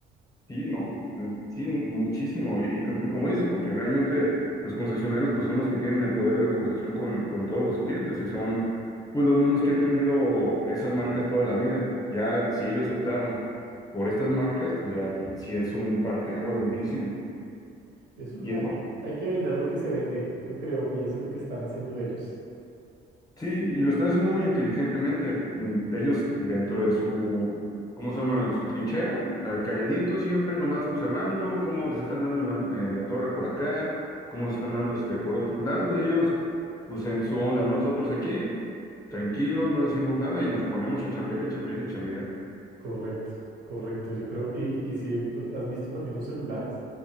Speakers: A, on the left (about 20°); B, on the right (about 60°).
A: Sí, no, eh, sí, muchísimo. Y, y co- y como dices, porque realmente los concesionarios pues, son los que tienen el poder de negociación con, con todos los clientes y son pues, los mismos que han tenido esas marcas toda la vida. Ya si ellos optaron por estas marcas, pues ya sí es un parteaguas durísimo.
B: Eso
A: Y
B: hay,
A: eso
B: hay que vender lo que se vende, yo creo, y eso es lo que están haciendo ellos.
A: Sí, y lo están haciendo muy inteligentemente. Mm, Ellos dentro de su, ¿cómo se llama? En su trinchera, ah, calladitos siempre, nomás observando cómo se están dando en la, en la torre por acá, cómo se están dando este, por otros lados, y ellos, pues en su onda, ¿no? Nosotros aquí, tranquilos, no decimos nada y nos ponemos a chambear y chambear y chambear.
B: Correcto, correcto, yo creo. Y, y si tú has visto también los celulares,